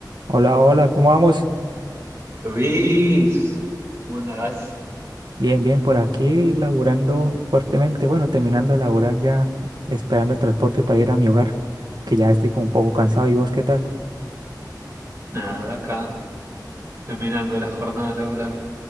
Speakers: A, on the right; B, on the right.
A: Hola, hola, ¿cómo vamos?
B: Luis, ¿cómo andás?
A: Bien, bien, por aquí laburando fuertemente. Bueno, terminando de laburar ya, esperando el transporte para ir a mi hogar, que ya estoy como un poco cansado. ¿Y vos qué tal?
B: Nada, acá, terminando la jornada laboral.